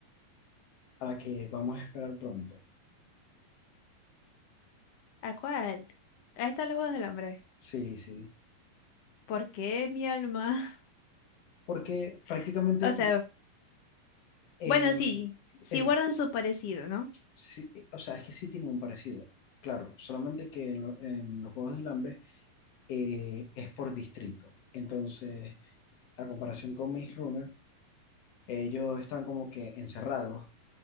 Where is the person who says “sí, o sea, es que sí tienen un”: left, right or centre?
Left